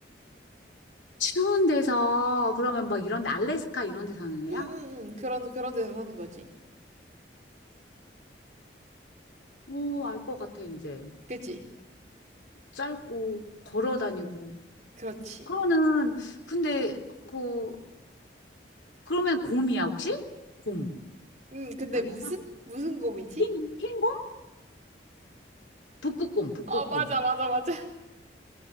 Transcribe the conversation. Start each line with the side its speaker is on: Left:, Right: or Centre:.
Left: 추운 데서, 그러면 막 이런 데, 알래스카 이런 데 사는 애야?
Right: 응, 응, 응. 그런, 그런 데서 사는 거지.
Left: 오, 알 것 같아, 이제.
Right: 그지?
Left: 짧고, 걸어 다니고.
Right: 그렇지.
Left: 그러면은, 근데, 그, 그러면 곰이야, 혹시? 곰.
Right: 음, 근데
Left: 아니?
Right: 무슨? 무슨 곰이지?
Left: 흰, 흰 북극곰, 북극곰.
Right: 어, 맞아, 맞아, 맞아.